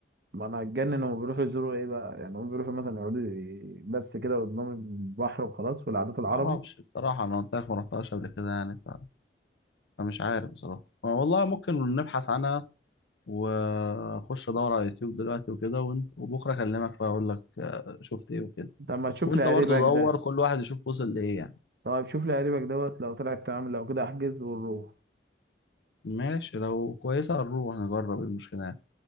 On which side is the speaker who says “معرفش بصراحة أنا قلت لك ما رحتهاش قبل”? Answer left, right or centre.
Left